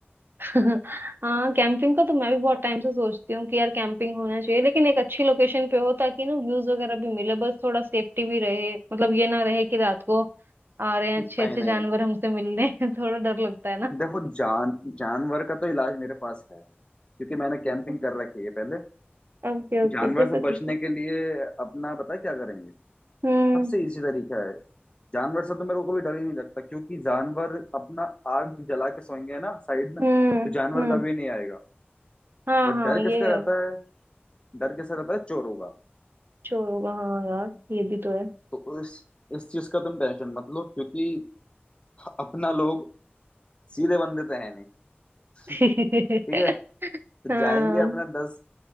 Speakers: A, on the right (about 60°); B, on the left (about 25°).
A: <laughs> हाँ कैंपिंग का तो मैं भी बहुत टाइम से सोचती हूँ कि यार कैंपिंग होना चाहिए लेकिन एक अच्छी लोकेशन पे हो ताकि ना व्यूज वगैरह भी मिले बस थोड़ा सेफ्टी भी रहे मतलब ये ना रहे कि रात को आ रहे हैं
B: नहीं
A: अच्छे अच्छे
B: नहीं
A: जानवर
B: नहीं
A: हमसे मिलने <laughs> थोड़ा डर लगता है
B: देखो जान जानवर का तो इलाज मेरे पास है क्योंकि मैंने कैंपिंग
A: ना
B: कर रखी है पहले
A: ओके ओके
B: जानवर
A: फिर
B: से
A: तो ठीक
B: बचने
A: है
B: के लिए अपना पता है क्या करेंगे
A: हम्म
B: सबसे इजी तरीका है जानवर से तो मेरे को कभी डर ही नहीं लगता क्योंकि जानवर अपना आग जला के सोएंगे ना साइड में
A: हम्म
B: तो जानवर
A: हम्म
B: कभी नहीं आएगा
A: हाँ
B: बट
A: हाँ
B: डर
A: ये
B: किसका
A: है
B: रहता है डर किसका रहता है चोरों का
A: चोर होगा हाँ यार ये भी तो है
B: तो इस इस चीज का तुम टेंशन मत लो क्योंकि अपना लोग सीधे बंदे तो है नहीं <laughs>
A: <laughs>
B: ठीक है तो
A: हाँ
B: जाएंगे अपना दस